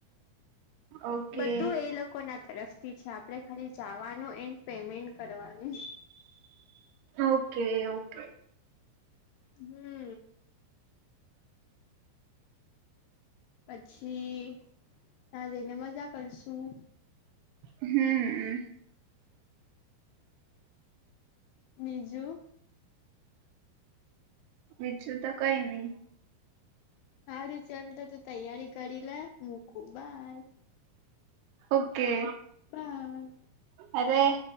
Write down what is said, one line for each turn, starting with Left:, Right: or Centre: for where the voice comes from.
Right: ઓકે
Left: બધું એ લોકોના તરફથી છે, આપણે ખાલી જવાનું એન્ડ પેમેન્ટ કરવાનું
Right: ઓકે ઓકે
Left: હમ્મ. પછી તાં જઈને મજા કરશું
Right: હમ્મ.
Left: બીજુ?
Right: બીજું તો કંઈ ની
Left: હારું ચાલ તો તું તૈયારી કરીલે મુકું બાય
Right: ઓકે
Left: બાય.
Right: અરેે